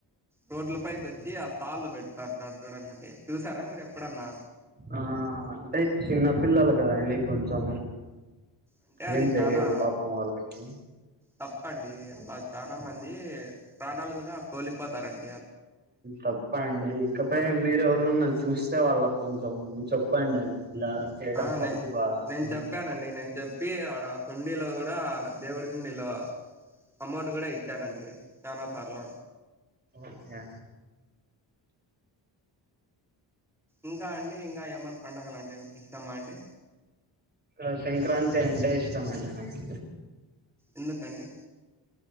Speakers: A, in the centre; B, on the right.
A: రోడ్ల పైకి వచ్చి ఆ తాళ్ళు పెడుతంటడు చూడండిండి చూసారా మీరు ఎప్పుడన్నా
B: ఆ అంటే చిన్న పిల్లలు కదండి కొంచెం
A: అంటే అది
B: ఏం
A: చనాా
B: తెలియదు పాపం వాళ్ళకి
A: తప్పండి అలా చాల చాలా మంది ప్రాణాలు కూడా కోలిపోతారండి
B: తప్ప అండి ఇంకపై మీర ఎవరున్నా చూస్త అే వాళ్ళ కొంచెం చెప్పండి ఇలా చేయడం
A: ఆ
B: తక్ప్పు
A: నేను
B: బ అని
A: నేను చెప్పానండి నేను చెప్పి ఆడ హుండీలో కూడా దేవుడి హుండీలో అమౌంట్ కూడా ఇచ్చానండి చాలా సార్లు
B: ఒకే
A: ఇంకా అండి ఇంకా ఏమన్నా పండుగలు అంటే మీకు ఇష్టమా అండి
B: ఇ సంక్రాంతి అంటే ఇష్టం అండి నాకు
A: ఎందుకండి